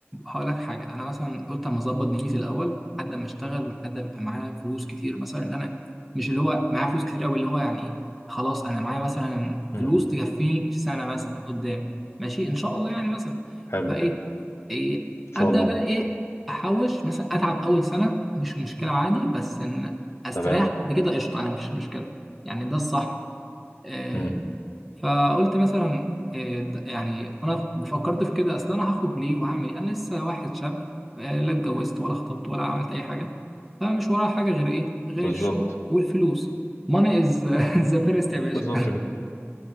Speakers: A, in the centre; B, on the left.
A: هقول لك حاجه انا مثلا قلت اما اظبط دنيتي الاول لحد ما اشتغل ولحد ما يبقى معايا فلوس كتير مثلا ان انا مش اللي هو معايا فلوس كتير قوي اللي هو يعني ايه خلاص انا معايا مثلا
B: امم
A: فلوس تكفيني سنه مثلا قدام ماشي ان شاء الله يعني مثلا
B: حلو
A: فايه إيه
B: ان
A: ابدا
B: شاء الله
A: بقى ايه احوش مثلا اتعب اول سنه مش مشكله عادي بس ان استريح
B: تمام
A: بعد كده قشطه انا مش مشكله يعني ده الصح آه،
B: امم
A: فقلت مثلا إيه ده- يعني انا فكرت في كده اصل انا هخرج ليه وهعمل ايه انا لسه واحد شاب آه، لا اتجوزت ولا خطبت ولا عملت اي حاجه فمش ورايا حاجه غير ايه غير
B: بالظبط
A: الشغل والفلوس money is <laughs> the first يا باشا
B: بالظبط كده